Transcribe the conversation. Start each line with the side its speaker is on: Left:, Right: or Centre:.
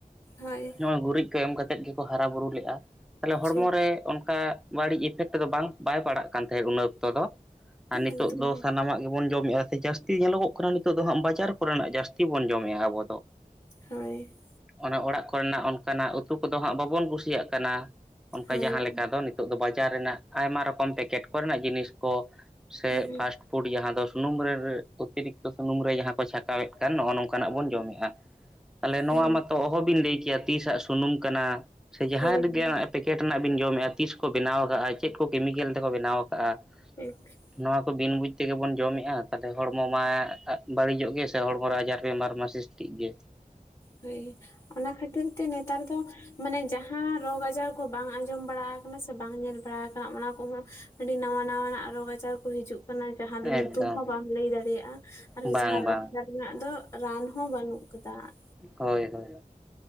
Left: ᱦᱟᱹᱭ ᱾
Centre: ᱱᱚᱜᱼᱚᱭ ᱜᱩᱨᱤᱡ ᱠᱚ ᱮᱢ ᱠᱟᱛᱮᱫ ᱜᱮᱠᱚ ᱦᱟᱨᱟ ᱵᱩᱨᱩ ᱞᱮᱜᱼᱟ ᱛᱟᱦᱞᱮ ᱦᱚᱲᱢᱚ
Left: ᱴᱷᱤᱠ
Centre: ᱨᱮ ᱚᱱᱠᱟ ᱵᱟᱹᱲᱤᱡ ᱤᱯᱷᱮᱠᱴ ᱫᱚ ᱵᱟᱝ ᱵᱟᱭ ᱯᱟᱲᱟᱜ ᱠᱟᱱ ᱛᱟᱦᱮᱸᱜ ᱩᱱ ᱚᱠᱛᱚ ᱫᱚ ᱟ ᱱᱤᱛᱚᱜ
Left: ᱮᱠᱫᱚᱢ
Centre: ᱫᱚ ᱥᱟᱱᱟᱢᱟᱜ ᱜᱮᱵᱚᱱ ᱡᱚᱢᱮᱜᱼᱟ ᱥᱮ ᱡᱟᱹᱥᱛᱤ ᱧᱮᱞᱚᱜᱚᱜ ᱠᱟᱱᱟ ᱱᱤᱛᱚᱜ ᱫᱚ ᱦᱟᱸᱜ ᱵᱟᱡᱟᱨ ᱠᱚᱨᱮᱱᱟᱜ ᱡᱟᱹᱥᱛᱤ ᱵᱚᱱ ᱡᱚᱢᱮᱜᱼᱟ ᱟᱵᱚ ᱫᱚ ᱾
Left: ᱦᱟᱹᱭ
Centre: ᱚᱱᱟ ᱚᱲᱟᱜ ᱠᱚᱨᱮᱱᱟᱜ ᱚᱱᱠᱟᱱᱟᱜ ᱩᱛᱩ ᱠᱚᱫᱚ ᱦᱟᱸᱜ ᱵᱟᱵᱚᱱ ᱠᱩᱥᱤᱭᱟᱜ ᱠᱟᱱᱟ, ᱚᱱᱠᱟ
Left: ᱦᱳᱭ
Centre: ᱡᱟᱦᱟᱸ
Left: ᱦᱳᱭ
Centre: ᱞᱮᱠᱟ ᱫᱚ ᱱᱤᱛ ᱛᱚᱜ ᱫᱚ ᱵᱟᱡᱟᱨ ᱨᱮᱱᱟᱜ ᱟᱭᱢᱟ ᱨᱚᱠᱚᱢ ᱯᱮᱠᱮᱴ ᱠᱚᱨᱮᱱᱟᱜ ᱡᱤᱱᱤᱥ ᱠᱚ ᱥᱮ
Left: ᱦᱩᱸ
Centre: ᱯᱷᱟᱥᱴ ᱯᱷᱩᱰ ᱡᱟᱦᱟᱸ ᱫᱚ ᱥᱩᱱᱩᱢ ᱨᱮ ᱨᱮ ᱚᱛᱤᱨᱤᱠᱛᱚ ᱥᱩᱱᱩᱢ ᱨᱮ ᱡᱟᱦᱟᱸ ᱠᱚ ᱪᱷᱟᱠᱟᱣᱮᱜ ᱠᱟᱱ ᱱᱚᱜᱼᱚ ᱱᱚᱝᱠᱟᱱᱟᱜ ᱵᱚᱱ ᱡᱚᱢᱮᱜᱼᱟ ᱾ ᱛᱟᱞᱮ ᱱᱚᱣᱟ
Left: ᱦᱳᱭ
Centre: ᱢᱟᱛᱚ ᱚᱦᱚ ᱵᱤᱱ ᱞᱟᱹᱭ ᱠᱮᱭᱟ ᱛᱤᱥᱟᱜ ᱥᱩᱱᱩᱢ ᱠᱟᱱᱟ ᱥᱮ ᱡᱟᱦᱟᱸ
Left: ᱦᱳᱭ
Centre: ᱨᱮᱜᱮ
Left: ᱦᱳᱭ
Centre: ᱯᱮᱠᱮᱴ ᱨᱮᱱᱟᱜ ᱵᱤᱱ ᱡᱚᱢᱮᱜᱼᱟ ᱛᱤᱥ ᱠᱚ ᱵᱮᱱᱟᱣ ᱠᱟᱜᱼᱟ ᱪᱮᱜ ᱠᱚ ᱠᱮᱢᱤᱠᱮᱞ ᱛᱮᱠᱚ ᱵᱮᱱᱟᱣ ᱠᱟᱜᱼᱟ᱾
Left: <inaudible>
Centre: ᱱᱚᱣᱟ ᱠᱚ ᱵᱤᱱ ᱵᱩᱡᱽ ᱛᱮᱜᱮ ᱵᱚᱱ ᱡᱚᱢᱮᱜᱼᱟ ᱛᱟᱦᱞᱮ ᱦᱚᱲᱢᱚ ᱢᱟ ᱵᱟᱹᱲᱤᱡᱚᱜ ᱜᱮ ᱥᱮ ᱦᱚᱲᱢᱚ ᱨᱮ ᱟᱡᱟᱨ ᱨᱮ <unintelligible> ᱴᱷᱤᱠ ᱜᱮ᱾
Left: ᱦᱳᱭ ᱚᱱᱟ ᱠᱷᱟᱹᱛᱤᱨ ᱛᱮ ᱱᱮᱛᱟᱨ ᱫᱚ ᱢᱟᱱᱮ ᱡᱟᱦᱟᱸ ᱨᱳᱜᱽ ᱟᱡᱟᱨ ᱠᱚ ᱵᱟᱝ ᱟᱸᱡᱚᱢ ᱵᱟᱲᱟᱣ ᱠᱟᱱᱟ ᱥᱮ ᱵᱟᱝ ᱧᱮᱞ ᱵᱟᱲᱟᱣ ᱠᱟᱱᱟ ᱚᱱᱟ ᱠᱚᱦᱚᱸ ᱟᱹᱰᱤ ᱱᱟᱣᱟ ᱱᱟᱣᱟᱱᱟᱜ ᱨᱳᱜᱽ ᱡᱟᱨ ᱠᱚ ᱦᱤᱡᱩᱜ ᱠᱟᱱᱟ ᱡᱟᱦᱟᱸ
Centre: ᱮᱠᱫᱚᱢ
Left: ᱫᱚ ᱧᱩᱛᱩᱢ ᱦᱚᱸ ᱵᱟᱢ ᱞᱟᱹᱭ ᱫᱟᱲᱮᱭᱟᱜᱼᱟ ᱟᱨ
Centre: ᱵᱟᱝ
Left: ᱡᱟᱦᱟᱸ
Centre: ᱵᱟᱝ
Left: ᱨᱳᱜᱽ ᱡᱟᱨ ᱨᱮᱱᱟᱜ ᱫᱚ ᱨᱟᱱ ᱦᱚᱸ ᱵᱟᱹᱱᱩᱜ ᱠᱟᱫᱟ ᱾
Centre: ᱦᱳᱭ ᱦᱳᱭ